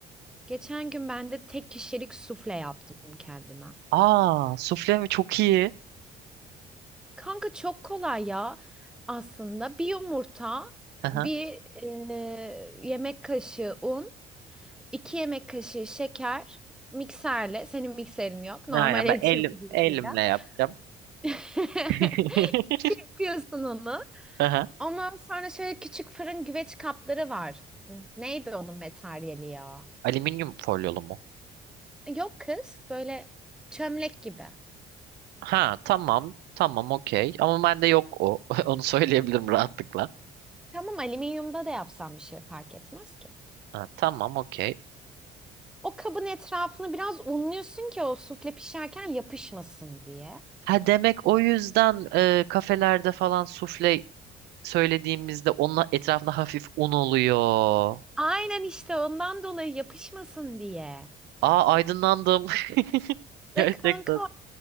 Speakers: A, in the centre; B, on the right.
A: geçen gün ben de tek kişilik sufle yaptım kendime.
B: Aa sufle mi? Çok iyi.
A: Kanka çok kolay ya aslında. Bir yumurta,
B: Aha.
A: bir e, yemek kaşığı un, iki yemek kaşığı şeker, mikserle, senin mikserin yok, normal
B: Aynen
A: el
B: ben elim,
A: çırpıcısıyla.
B: elimle yapacağım.
A: <laughs>
B: <laughs>
A: Çırpıyorsun onu.
B: Aha.
A: Ondan sonra şöyle küçük fırın güveç kapları var. Neydi onun materyali ya?
B: Alüminyum folyolu mu?
A: Yok kız, böyle çömlek gibi.
B: Ha tamam. Tamam okey. Ama bende yok o. <laughs> Onu söyleyebilirim rahatlıkla.
A: Tamam alüminyumda da yapsam bir şey fark etmez ki.
B: Ha, tamam okey.
A: O kabın etrafını biraz unluyorsun ki o sufle pişerken yapışmasın diye.
B: Ha demek o yüzden e, kafelerde falan sufle söylediğimizde onun etrafında hafif un oluyor.
A: Aynen işte ondan dolayı yapışmasın diye.
B: Aa aydınlandım. <laughs> Gerçekten.
A: Ve kanka